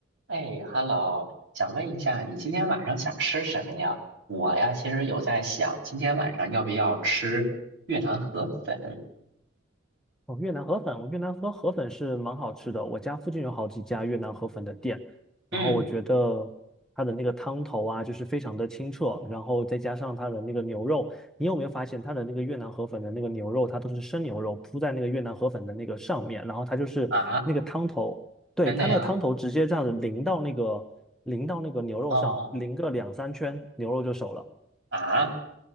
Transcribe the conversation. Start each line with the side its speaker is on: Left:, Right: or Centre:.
Right: 哎，Hello，想问一下，你今天晚上想吃什么呀？我呀，其实有在想，今天晚上要不要吃越南河粉？
Centre: 哦，越南河粉，我越南河河粉是蛮好吃的。我家附近有好几家越南河粉的店，然后我觉得它的那个汤头啊，
Right: 嗯，
Centre: 就是非常的清澈，然后再加上它的那个牛肉，你有没有发现它的那个越南河粉的那个牛肉，它都是生牛肉铺在那个越南河粉的那个上面，然后它就是那个汤头，
Right: 啊，
Centre: 对，
Right: 真的呀？
Centre: 它那个汤头直接这样子淋到那个淋到那个牛肉上，
Right: 哦，
Centre: 淋个两三圈，牛肉就熟了。
Right: 啊，